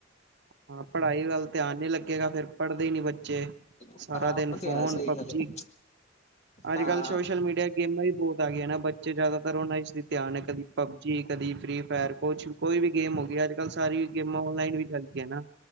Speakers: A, on the right; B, on the left.
A: ਹਾਂ ਪੜ੍ਹਾਈ ਵੱਲ ਧਿਆਨ ਨੀ ਲੱਗੇਗਾ, ਫੇਰ ਪੜ੍ਹਦੇ ਹੀ ਨਹੀ ਬੱਚੇ। ਬੱਚੇ,
B: ਹਾਂ
A: ਸਾਰਾ ਦਿਨ
B: ਉਹ
A: ਫੋਨ
B: ਤੇ ਹੈ ਸਹੀ
A: ਪਬਜੀ
B: ਗੱਲ ਹੈ
A: ਅੱਜ
B: ਹਾਂ
A: ਕੱਲ੍ਹ ਸੋਸ਼ਲ ਮੀਡੀਆ ਗੇਮਾਂ ਵੀ ਬਹੁਤ ਆ ਗਈਆਂ ਨਾ, ਬੱਚੇ ਜ਼ਿਆਦਾਤਰ ਉਹਨਾ ਇਚ ਵੀ ਧਿਆਨ ਹੈ, ਕਦੀ ਪਬਜੀ, ਕਦੀ ਫ੍ਰੀ ਫਾਇਰ, ਕੁਛ, ਕੋਈ ਵੀ ਗੇਮ ਹੋ ਗਈ, ਅੱਜ ਕੱਲ ਸਾਰੀ ਗੇਮਾਂ ਔਨਲਾਈਨ ਵੀ ਚੱਲ ਗਈਆਂ ਨਾ।